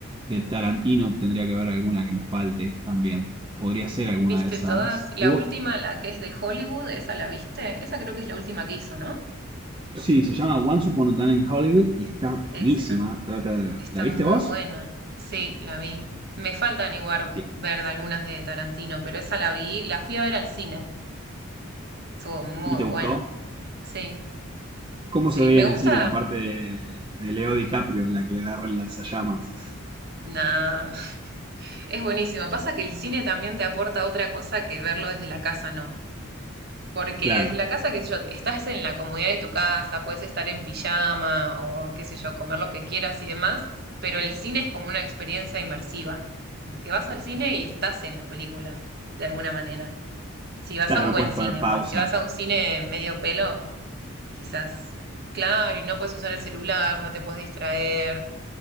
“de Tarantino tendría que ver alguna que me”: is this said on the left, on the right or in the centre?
Right